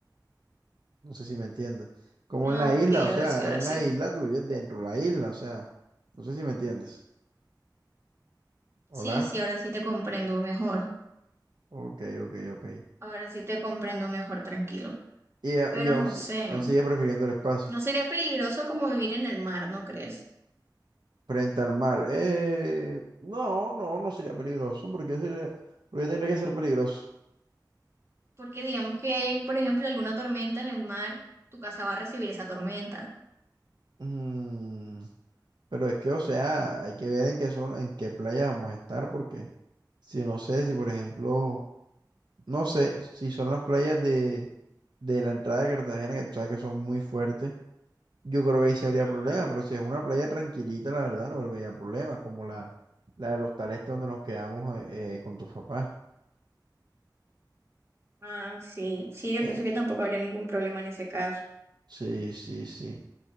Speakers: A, on the right; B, on the right.
A: No sé si me entiendes. Como
B: Ah,
A: en la
B: ok,
A: isla, o sea,
B: ahora sí, ahora
A: en
B: sí.
A: la isla tú vives dentro de la isla, o sea, no sé si me entiendes. Hola.
B: Sí, sí, ahora sí te comprendo mejor.
A: Ok, ok, ok.
B: Ahora sí te comprendo mejor, tranquilo.
A: Y, a-
B: Pero
A: y aún,
B: no
A: si-
B: sé,
A: aún sigue prefiriendo el espacio
B: no sería peligroso como vivir en el mar, ¿no crees?
A: frente al mar. Eh, no, no, no sería peligroso, porque sería, porque tendría que ser peligroso.
B: Porque digamos que hay, por ejemplo, alguna tormenta en el mar, tu casa va a recibir esa tormenta.
A: Mm, pero es que, o sea, hay que ver en qué son, en qué playa vamos a estar, porque si no sé, si por ejemplo No sé si son las playas de, de la entrada de Cartagena, que tú sabes que son muy fuertes. Yo creo que ahí sí habría
B: Ajá.
A: problema, pero si es una playa tranquilita, la verdad, no habría problema, como la, la de los tales donde nos quedamos eh, eh, con tus papás.
B: Ah, sí. Sí, yo
A: Eh,
B: pienso que tampoco habría ningún problema en ese caso.
A: sí, sí, sí.